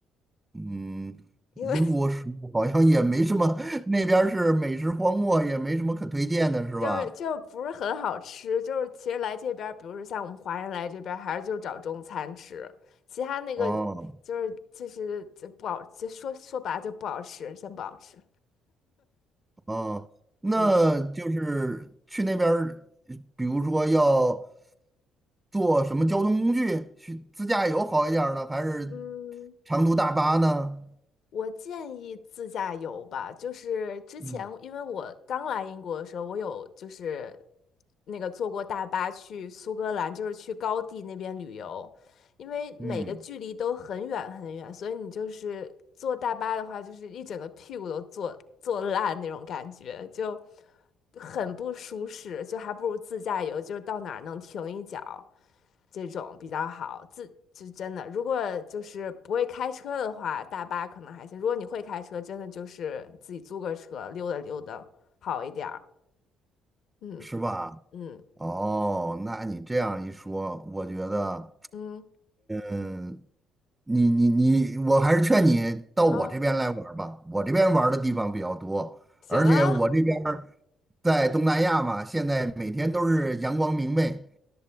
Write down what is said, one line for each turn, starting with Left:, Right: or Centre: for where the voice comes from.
Right: 嗯，
Left: 因为
Right: 英国食物好像也没什么，<laughs> 那边儿是美食荒漠，也没什么可推荐的，是吧？
Left: 就是就不是很好吃，就是其实来这边儿，比如说像我们华人来这边儿，还是就是找中餐吃，其他那个
Right: 哦
Left: 就是其实就不好，就说说白了就不好吃，真不好吃。
Right: 哦，那就是去那边儿呃比如说要
Left: 嗯，
Right: 坐什么交通工具，去自驾游好一点儿呢，还是
Left: 嗯，
Right: 长途大巴呢？
Left: 我建议自驾游吧，就是之前因为我刚来英国的时候，
Right: 嗯，
Left: 我有就是那个坐过大巴去苏格兰，就是去高地那边旅游，因为每个距离都很远很远，
Right: 嗯，
Left: 所以你就是坐大巴的话，就是一整个屁股都坐坐烂那种感觉，就很不舒适，就还不如自驾游，就是到哪儿能停一脚。这种比较好。自就真的，如果就是不会开车的话，大巴可能还行。如果你会开车，真的就是自己租个车溜达溜达好一点儿。嗯
Right: 是吧？
Left: 嗯
Right: 哦，那你这样一说，我觉得。
Left: 嗯
Right: 嗯。你你你，我还是劝你到我这边来玩儿吧，
Left: 啊，
Right: 我这边玩儿的地方比较多，
Left: 行啊，
Right: 而且我这边儿在东南亚嘛，现在每天都是阳光明媚，